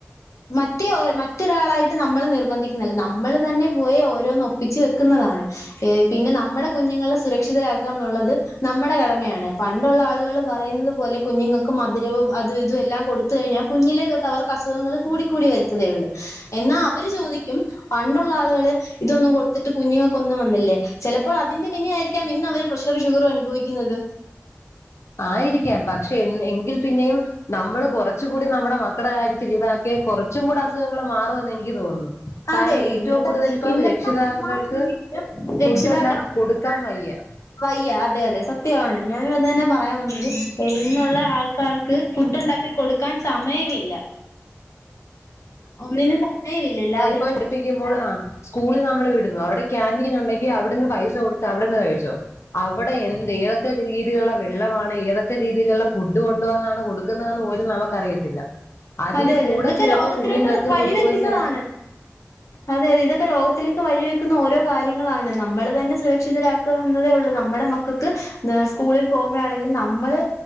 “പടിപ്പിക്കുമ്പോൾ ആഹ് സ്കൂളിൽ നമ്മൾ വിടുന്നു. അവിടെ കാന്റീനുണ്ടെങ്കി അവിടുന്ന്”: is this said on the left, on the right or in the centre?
Left